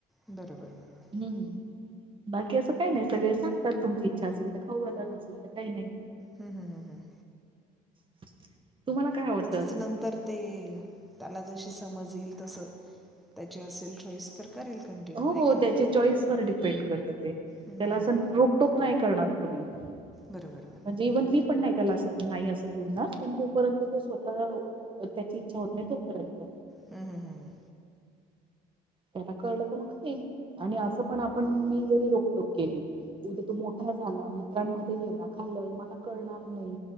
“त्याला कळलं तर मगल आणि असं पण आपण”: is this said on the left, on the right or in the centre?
Right